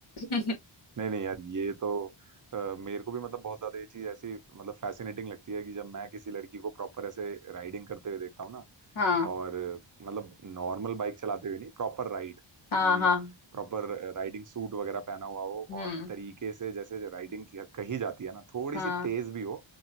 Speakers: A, on the left; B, on the right.
A: <laughs>
B: नहीं नहीं यार ये तो अ, मेरे को भी मतलब बहुत ज्यादा ये चीज ऐसी मतलब फैसिनेटिंग लगती है कि जब मैं किसी लड़की को प्रॉपर ऐसे राइडिंग करते हुए देखता हूँ ना
A: हाँ
B: और मतलब नॉर्मल बाइक चलाते हुए नहीं प्रॉपर राइड
A: हाँ
B: कि
A: हाँ
B: प्रॉपर राइडिंग सूट वगैरह पहना हुआ हो
A: हम्म
B: और तरीके से जैसे राइडिंग की कही जाती है ना थोड़ी
A: हाँ
B: सी तेज भी हो